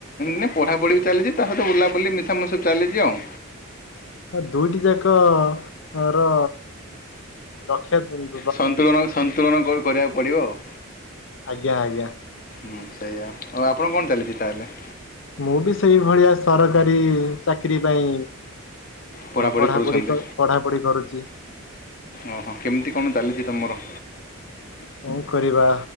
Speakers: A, on the left (about 40°); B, on the left (about 60°).
A: ନାଇଁ, ପଢାପଢି ବି ଚାଲିଚି ତା ସହିତ ବୁଲାବୁଲି ମୀ। ସମୟ ସବୁ ଚାଲିଛି ଆଉ
B: ହ ଦୁଇଟି ଯାକ ର ରକ୍ଷା କରୁ
A: ସନ୍ତୁଳନ ସନ୍ତୁଳନ କରିବାକୁ ପଡ଼ିବ ଆଉ।
B: ଆଜ୍ଞା ଆଜ୍ଞା
A: ହୁଁ ସେଇଆ ଆଉ ଆପଣ କଣ ଚାଲିଚି ତା ହେଲେ?
B: ମୁଁ ବି ସେଇ ଭଳିଆ ସରକାରୀ ଚାକିରୀ ପାଇଁ
A: ପଢ଼ାପଢ଼ି
B: ପଢାପଢି
A: କରୁଛନ୍ତି
B: ପଢା ପଢି କରୁଚି।
A: ଓହୋ କେମିତି କଣ ଚାଲିଚି ତମର?
B: କଣ କରିବା